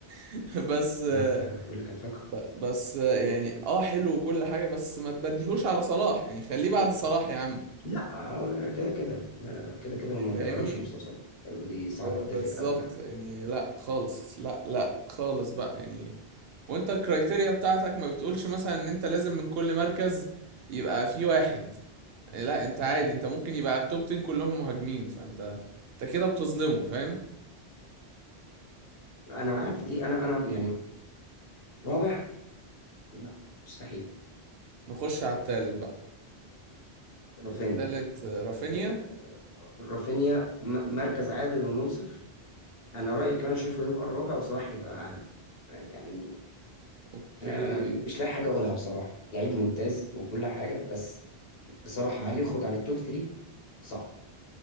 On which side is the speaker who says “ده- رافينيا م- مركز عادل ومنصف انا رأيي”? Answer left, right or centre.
Left